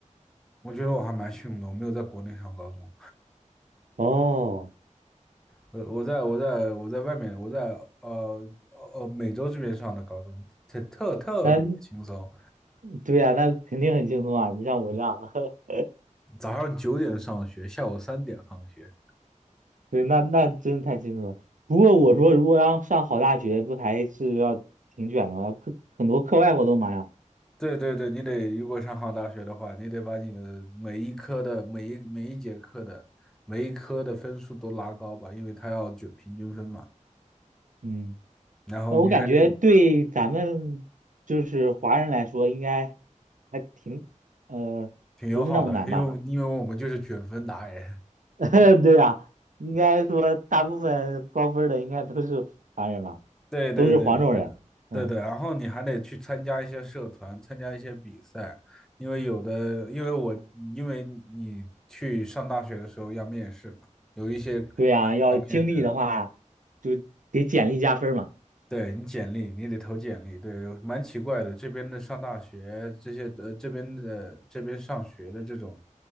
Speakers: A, in the centre; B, on the right.
A: 我觉得我还蛮幸运的，我没有在国内上高中，
B: 哦，
A: 我我在我在我在外面，我在呃呃美洲这边上的高中，特特特别轻松，
B: 那对呀、那肯定很轻松啊！你像我这样，<laughs>
A: 早上九点上学，下午三点放学，
B: 对，那那真太清楚了。不过我说，如果要上好大学，不还是要挺卷的吗？课很多课外活动嘛呀。
A: 对对对，你得如果上好大学的话，你得把你的每一科的每一每一节课的每一科的分数都拉高吧，因为他要卷平均分嘛。
B: 嗯，
A: 然后你还得
B: 那我感觉对咱们就是华人来说，应该还挺呃，
A: 挺友好的，
B: 不是那么难吧？
A: 因为因为我们就是卷分达人。<laughs>
B: <laughs> 对呀，应该说大部分高分儿的应该都是华人吧，
A: 对对对，
B: 都是黄种人。
A: 是的，
B: 嗯，
A: 对对。然后你还得去参加一些社团，参加一些比赛，因为有的，因为我因为你去上大学的时候要面试嘛，有一些
B: 对呀，要经历的话，
A: 要面试的。
B: 就给简历加分儿嘛。
A: 对你简历，你得投简历，对，蛮奇怪的。这边的上大学，这些呃，这边的这边上学的这种